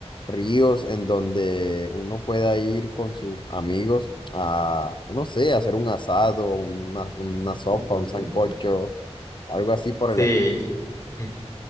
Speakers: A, on the left (about 45°); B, on the left (about 30°).
A: ríos en donde uno pueda ir con sus amigos a, no sé, hacer un asado, una, una sopa,
B: Ujú.
A: un sancocho, algo así por
B: Sí.
A: el...
B: <laughs>